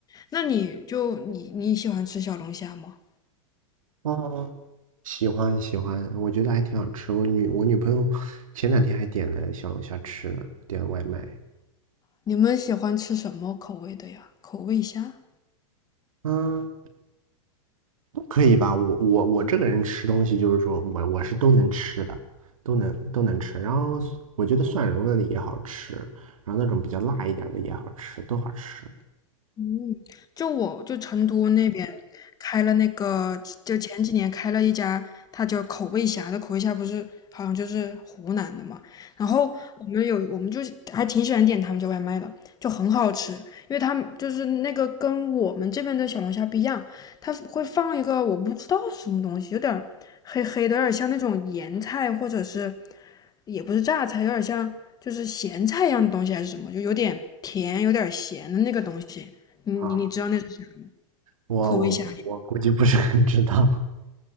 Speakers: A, on the left (about 20°); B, on the right (about 80°).
A: 那你就你你喜欢吃小龙虾吗？
B: 哦，喜欢喜欢，我觉得还挺好吃。我女我女朋友前两天还点了小龙虾吃呢，点了外卖。
A: 你们喜欢吃什么口味的呀？口味虾？
B: 嗯，可以吧？我我我这个人吃东西就是说我我是都能吃的，都能都能吃。然后我觉得蒜蓉的也好吃，然后那种比较辣一点的也好吃，都好吃
A: 嗯，就我就成都那边开了那个，就前几年开了一家，它叫口味虾这口味虾，不是好像就是湖南的嘛。然后我们有我们就是还挺喜欢点他们家外卖的，就很好吃，因为他们就是那个跟我们这边的小龙虾不一样，它会放一个我不知道什么东西，有点儿黑黑的，有点像那种盐菜或者是也不是榨菜，有点像就是咸菜一样的东西还是什么，就有点甜，有点咸的那个东西。你你你知道那是啥吗？
B: 啊。我我我我估计不是很知道。
A: 口味虾米